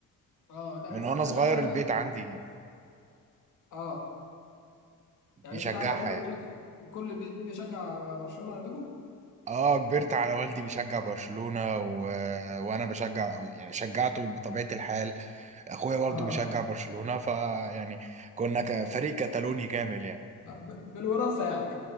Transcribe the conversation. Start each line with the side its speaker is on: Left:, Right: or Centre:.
Left: اه لا
Right: من
Left: انا
Right: وأنا صغير
Left: انا انا
Right: البيت عندي
Left: اه
Right: بيشجعها
Left: يعني البيت عندك كله
Right: يعني
Left: بيشجع كل البيت بيشجع برشلونه عندكم
Right: آه كبرت على والدي بيشجع برشلونة و... وأنا بشجع يعني شجعته بطبيعة الحال أخويا برضه
Left: اه
Right: بيشجع برشلونة فيعني كنا ك- فريق كتالوني كامل يعني
Left: ب- بالوراثه يعني